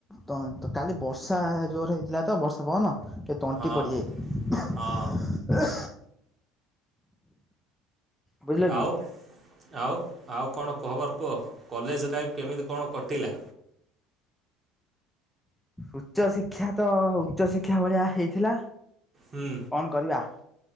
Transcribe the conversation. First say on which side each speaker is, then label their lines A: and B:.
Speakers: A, in the centre; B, on the right.
A: ତ ତ କାଲି ବର୍ଷା ଜୋରେ ହେଇଥିଲା ତ ବର୍ଷା ପବନ କେ ତଣ୍ଟି
B: ହଁ।
A: ପଡିଯାଇଚି।
B: ହଁ
A: ବୁଝିଲ କି
B: ଆଉ ଆଉ ଆଉ କଣ କୁହବର କୁହ କଲେଜ ଲାଇଫ୍ କେମିତି କଣ କଟିଲା।
A: ଉଚ୍ଚଶିକ୍ଷା ତ ଉଚ୍ଚଶିକ୍ଷା ଭଳିଆ ହେଇଥିଲା।
B: ହୁଁ।
A: କଣ କରିବା?